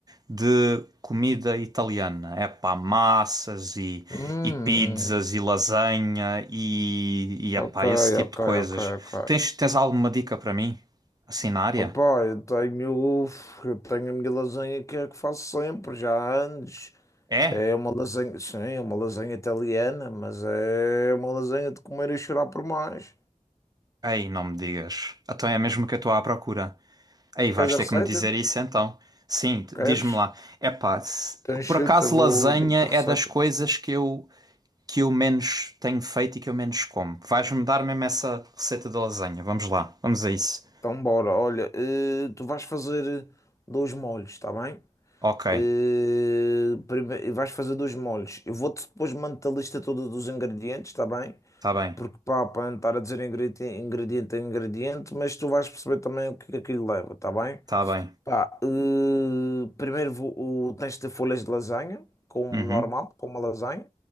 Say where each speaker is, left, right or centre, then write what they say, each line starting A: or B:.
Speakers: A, on the right (about 30°); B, on the left (about 25°).
A: de comida italiana. É pá, massas e,
B: Hum,
A: e pizzas e lasanha e, e
B: ok,
A: epá, esse tipo
B: ok,
A: de coisas.
B: ok, ok.
A: Tens, tens alguma dica para mim? Assim na área?
B: Opa, eu tenho, eu tenho a minha lasanha que é a que faço sempre, já há anos.
A: É?
B: É uma lasanha, sim, é uma lasanha italiana, mas é uma lasanha de comer e chorar por mais.
A: Ei, não me digas. Então é mesmo que eu estou à procura. Ei, vais
B: Queres a
A: ter
B: receita?
A: que me dizer isso então. Sim,
B: Queres?
A: diz-me lá. É pá, se-
B: Então, chuta,
A: por acaso
B: vou
A: lasanha
B: dizer-te a receita.
A: é das coisas que eu. Que eu menos tenho feito e que eu menos como. Vais-me dar mesmo essa receita da lasanha. Vamos lá, vamos a isso.
B: Então, bora. Olha, eh, tu vais fazer dois molhos, está bem?
A: Ok.
B: Eh, prime- vais fazer dois molhos. Eu vou-te depois mandar a lista toda dos ingredientes, está bem?
A: Tá bem,
B: Porque pá, para não estar a dizer ingrediente, ingrediente a ingrediente, mas tu vais perceber também o que é que aquilo leva, está bem?
A: tá bem.
B: Pá, eh, primeiro vou, o- tens de ter folhas de lasanha, como
A: Uhum.
B: normal, como uma lasanha,